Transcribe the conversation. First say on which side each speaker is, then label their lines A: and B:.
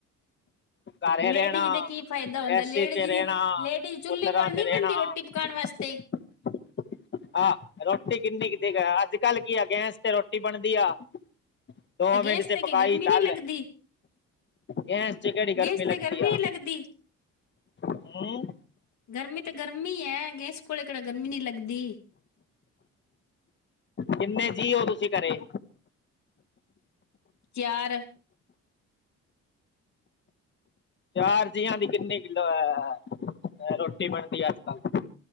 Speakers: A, on the left (about 40°); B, on the left (about 65°).
A: ਘਰੇ
B: ਲੇਡੀਜ਼
A: ਰਹਿਣਾ,
B: ਦੇ ਕੀ ਫਾਇਦਾ ਹੁੰਦਾ
A: ਏਸੀ
B: ਲੇਡੀਜ਼
A: ਚ ਰਹਿਣਾ,
B: ਦੀ ਲੇਡੀਜ਼ ਚੁੱਲ੍ਹੇ
A: ਕੂਲਰਾਂ
B: ਕੋਲ
A: ਚ
B: ਨਹੀਂ
A: ਰਹਿਣਾ।
B: ਬਹਿੰਦੀ ਰੋਟੀ
A: ਹ
B: ਪਕਾਉਣ ਵਾਸਤੇ
A: <unintelligible> ਆਹ ਰੋਟੀ ਕਿੰਨੀ ਕੁ ਜੀ ਆ ਅੱਜ ਕੱਲ ਕੀ ਆ ਗੈਸ ਤੇ ਰੋਟੀ ਬਣਦੀ ਆ। ਦੋ
B: ਤੇ
A: ਮਿੰਟ
B: ਗੈਸ
A: ਚ
B: ਤੇ
A: ਪਕਾਾਈ
B: ਕਿ ਗਰਮੀ
A: ਚੱਲ,
B: ਨਹੀਂ ਲੱਗਦੀ
A: ਗੈਸ ਚ ਕਿਹੜੀ-
B: ਗੈਸ
A: ਲੱਗਦੀ
B: ਤੇ ਗਰਮੀ
A: ਆ
B: ਨਹੀਂ ਲੱਗਦੀ।
A: ਹੂੰ।
B: ਗਰਮੀ ਤਾਂ ਗਰਮੀ ਹੈ ਗੈਸ ਕੋਲੇ ਕਿਹੜਾ ਗਰਮੀ ਨਹੀਂ ਲੱਗਦੀ।
A: ਕਿੰਨੇ ਜੀਅ ਹੋ ਤੁਸੀਂ ਘਰੇ?
B: ਚਾਰ।
A: ਚਾਰ ਜੀਆਂ ਦੀ ਕਿੰਨੀ ਕਿ ਆ ਰੋ ਰੋਟੀ ਬਣਦੀ ਅੱਜ ਕੱਲ।